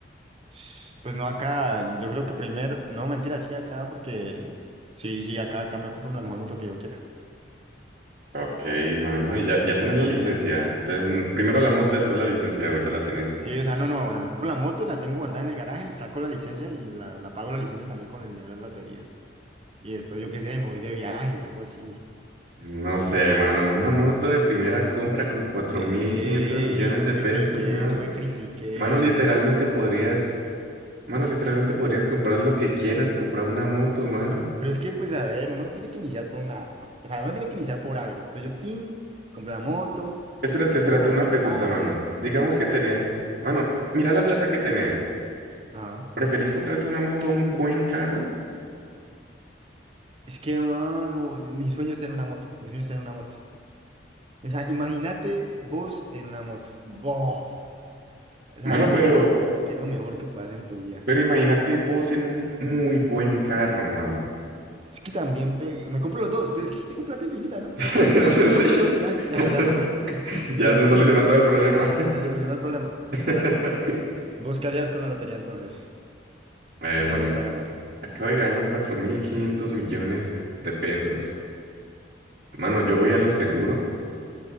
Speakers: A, on the right; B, on the right.
A: Sh- Pues no acá, yo creo que primero, no, mentira, sí acá porque, sí, sí, acá, acá me compro la mejor moto que yo quiera.
B: Ok, mano, y ya, ya tenés la licencia. Ten- primero la moto, después la licencia, o ya la tenés.
A: Sí, o sea, no, no, o sea, me compro la moto, la tengo guardada en el garaje y saco la licencia y la, la pago la licencia también con el dinero de la lotería. Y después, yo qué sé, me voy de viaje, algo así.
B: No sé, mano, una moto de primera compra con 4.500
A: Ey,
B: millones
A: no
B: de
A: critiqué,
B: pesos, mano.
A: no me critiqué,
B: Mano, literalmente
A: no me critiqué.
B: podrías, mano, literalmente podrías comprar lo que quieras y comprar una moto, mano.
A: Pero es que, pues, a ver, uno tiene que iniciar por una, o sea, uno tiene que iniciar por algo. Entonces yo, tin, compré la moto,
B: Espérate,
A: después
B: espérate,
A: me compró
B: una pregunta,
A: el pase.
B: mano. Digamos que tenés, mano, mira la plata que tenés.
A: Ajá.
B: ¿Preferís comprarte una moto a un buen carro?
A: Es que, mano, mi sueño es tener una moto, mi sueño es tener una moto. O sea, imagínate vos en una moto. ¡Bof! O sea,
B: Mano,
A: ir
B: pero,
A: en moto yo creo que es lo mejor que puedes hacer en tu vida.
B: pero imagínate vos en un muy buen carro, mano.
A: Es que también pe- me compro los dos, pues es que tengo plata infinita, ¿no?
B: <laughs>
A: Prácticamente. O
B: Sí,
A: sea, me compro los dos,
B: es-
A: ya, ya,
B: <laughs>
A: ya, <laughs> vale, cool.
B: Ya
A: Me
B: se
A: compro
B: solucionó
A: los dos.
B: todo el problema.
A: Se solucionó el problema, literal.
B: <laughs>
A: ¿Vos qué harías con la lotería entonces?
B: A ver,
A: Si te
B: mano,
A: la llegara a ganar.
B: acabo de ganarme 4.500 millones de pesos. Mano, yo voy a lo seguro